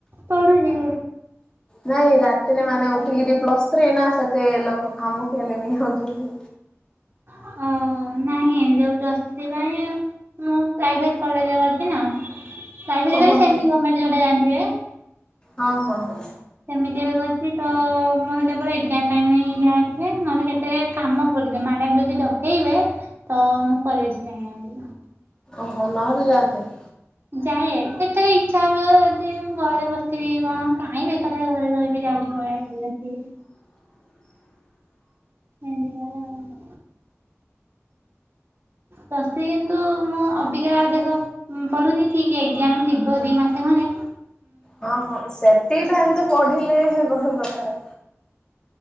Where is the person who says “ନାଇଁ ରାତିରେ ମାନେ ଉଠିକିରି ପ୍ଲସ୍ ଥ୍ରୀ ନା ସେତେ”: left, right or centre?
Left